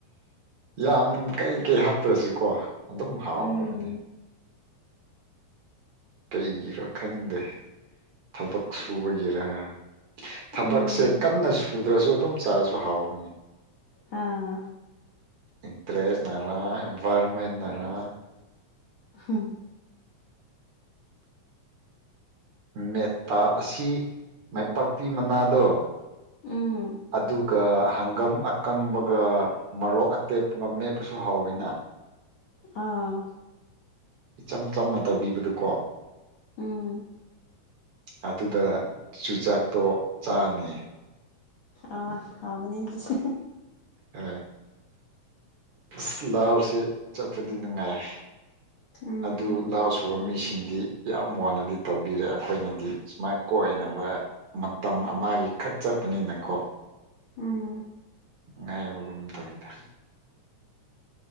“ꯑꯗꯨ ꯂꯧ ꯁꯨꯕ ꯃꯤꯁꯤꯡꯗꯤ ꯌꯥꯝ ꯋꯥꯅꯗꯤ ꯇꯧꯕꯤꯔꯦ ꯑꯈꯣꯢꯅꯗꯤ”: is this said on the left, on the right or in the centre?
Right